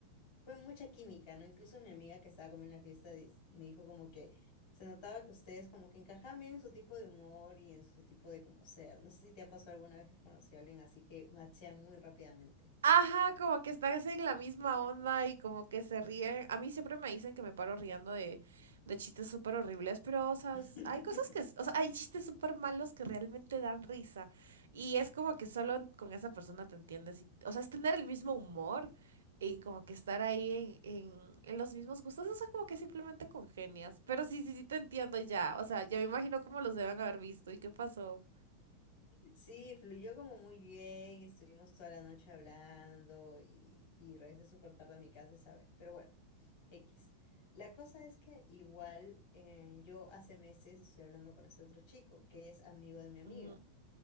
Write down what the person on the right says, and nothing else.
Ajá, como que estás en la misma onda y como que se ríen. A mí siempre me dicen que me paro riendo de, de chistes súper horribles, pero, o sea,
s- hay cosas que, s- o sea, hay chistes súper malos que realmente dan risa. Y es como que solo con esa persona te entiendes. y- o sea, es tener el mismo humor y como que estar ahí en, en, en los mismos gustos. O sea, como que simplemente congenias. Pero sí, sí, sí te entiendo ya. O sea, ya me imagino cómo los deben haber visto y qué pasó.
Mm,